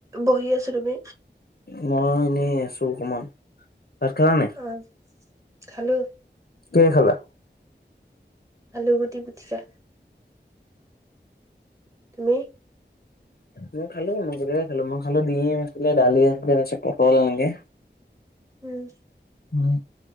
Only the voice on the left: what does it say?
মই এনেই আছো অকনমান, ভাত খালা নাই?
কিহে খালা?
মই খালো। মই কেতিয়াবাই খালো, মই খালো ডিম আছিলে, দালি আছিলে, তাৰ পিছত পটল এনেকে।
উম,